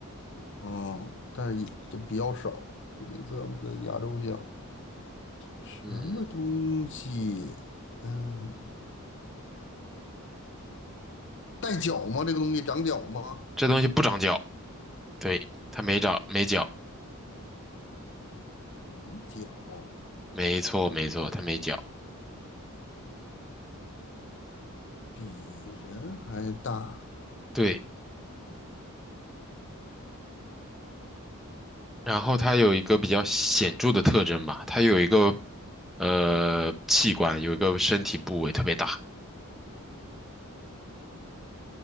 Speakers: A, on the left; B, in the centre.
A: 嗯，但是这比较少，比咱们的亚洲象。什么东西？
B: 嗯，
A: 嗯，带角吗？这个东西长角吗？
B: 这东西不长脚，对，它没长，没脚，
A: 没角，
B: 没错没错，它没脚，
A: 比人还大。
B: 对。然后它有一个比较显著的特征吧，它有一个呃器官，有一个身体部位特别大。